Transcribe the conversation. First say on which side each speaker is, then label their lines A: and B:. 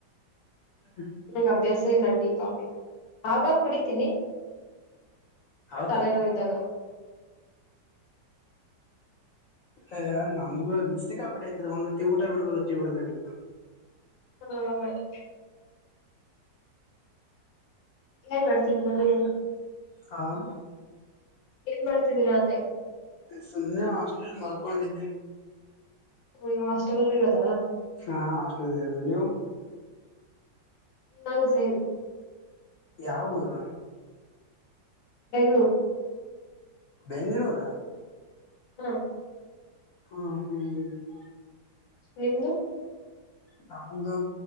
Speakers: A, on the left; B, on the left.
A: ಹ <unintelligible>
B: ನಂಗೆ ಅಭ್ಯಾಸ ಇಲ್ಲ ಟೀ ಕಾಫಿ ಆಗ್ ಆಗ್ ಕುಡಿತೀನಿ
A: ಹೌದಾ
B: ತಲೆನೋವು ಇದ್ದಾಗ
A: ಅ ನಮ್ಗು ಸಿಕ್ಕಾಪಟ್ಟ ಆಯ್ತದ ಒಂದ ಹೊತ್ತ ಊಟ ಬಿಡ್ಬೋದು ಟಿ ಬಿಡದಾಗಲ್ಲ
B: ಹಾ ಹ <unintelligible> ಏನ್ ಮಾಡ್ತಿದಿರಾ <unintelligible>
A: ಹಾ <unintelligible>
B: ಏನ್ ಮಾಡ್ತಿದ್ದೀರಾ ಅಂದೆ
A: ಸುಮ್ಮನೆ ಹಾಸ್ಟೆಲಲ್ಲಿ ಮಲ್ಕೊಂಡಿವಿ
B: <unintelligible> ಹಾಸ್ಟೆಲ್ಲ್ಲಿ ಇರೋದ
A: ಹಾಂ ಹಾಸ್ಟಲಲ್ಲಿ ಇರೋದು ನೀವು
B: ನಾನು ಸೇಮ್
A: ಯಾವ ಊರು
B: ಬೆಂಗಳೂರು
A: ಬೆಂಗಳೂರ ಅ
B: ಹ್ಮ್ <unintelligible>
A: ಹ್ಮ ಹ್ಮ್ <unintelligible>
B: ನಿಮ್ದು
A: ನಮ್ದು